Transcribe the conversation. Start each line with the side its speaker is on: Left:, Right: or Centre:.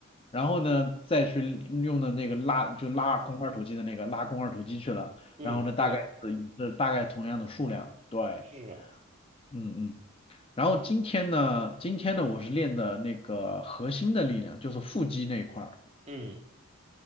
Left: 然后呢，再去用的那个拉，就拉肱二头肌的那个拉肱二头肌去了。
Right: 嗯，
Left: 然后呢，大概是也是大概同样的数量，
Right: 对，
Left: 对。
Right: 是，
Left: 嗯嗯，然后今天呢，今天呢，我是练的那个核心的力量，就是腹肌那一块儿。
Right: 嗯，